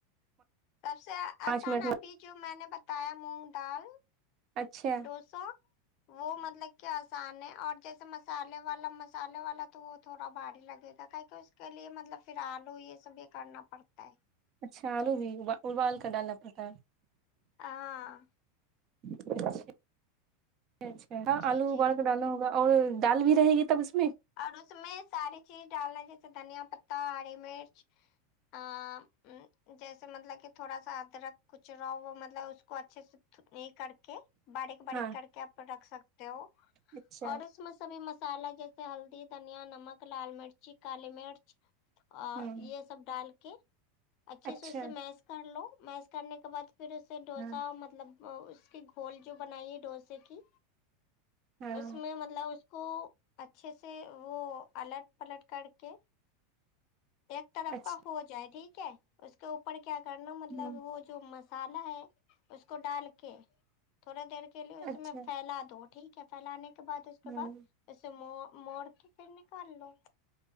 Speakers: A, on the left; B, on the right.
A: سب سے
B: پانچ
A: آسان
B: منٹ
A: ابھی
B: میں
A: جو میں نے بتایا مونگ دال
B: اچھا
A: ڈوسا وہ مطلب کہ آسان ہے اور جیسے مسالے والا مسالے والا تو وہ تھوڑا بھاڑی لگے گا کیکو ایسے اس کے لیے مطلب پھر آلو یہ سب بھی کرنا پڑتا ہے
B: اچھا آلو بھی ابا ابال کر ڈالنا پڑتا ہے
A: اں
B: اچھا اچھا ہ
A: جی
B: آلوابال
A: جی
B: کر ڈالنا ہوگا اور دال بھی رہے گی تب اس میں
A: اور اس میں ساری چیز ڈالنا جیسے دھنیا پتتا ہڑی مرچ ا جیسے مطلب کہ تھوڑا سا ادرک کچ را ہوا مطلب اس کو اچھے سے نہیں کر کے باریک باریک
B: ہاں
A: کر کے آپ رکھ سکتے ہو
B: اچھا
A: اور اس میں سبھی مسالا ہلدی دھنیا نمک لال مرچی کالی مرچ اور
B: ہوں
A: یہ سب ڈال کے اچھے
B: اچھا
A: سے اسے میس کر لو میس کرنے کے بعد پھر اس اس سے ڈوسا
B: ہاں
A: مطلب اس کی گھول جو بنائی ہے ڈوسے کی
B: ہاں
A: اس میں مطلب اس کو اچھے سے وہ الٹ پلٹ کر کے ایک طرف
B: اچھا
A: کا ہو جائے ٹھیک ہے اس کے اوپر کیا کرنا
B: ہ
A: مطلب ہو جو مسالا ہے اس کو ڈال کے تھوڑا دیر کے لیے اس
B: اچھا
A: میں پھیلا دو ٹھیک ہے پھیلانے کے بعد اس کے
B: ہاں
A: بعد اسے موڑ کے پھر نکال لو